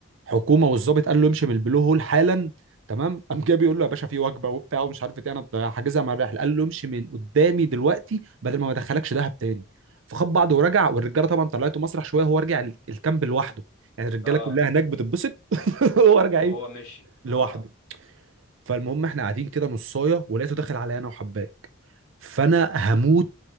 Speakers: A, on the right; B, on the left.
A: حكومه والظابط قال له امشي من البلو هول حالا تمام قام جه بيقول له يا باشا في وجبه وبتاع ومش عارف ايه انا حاجزها مع الرحله قال له امشي من قدامي دلوقتي بدل ما ما ادخلكش دهب تاني فخد بعضه ورجع والرجاله طبعا طلعته مسرح شويه هو رجع ال- الكامب لوحده يعني الرجاله
B: اه
A: كلها هناك بتتبسط <laughs> هو رجع
B: هو
A: ايه
B: مشي اه
A: لوحده فالمهم احنا قاعدين كده نصايه ولقيته داخل عليا انا وحباك فانا هموت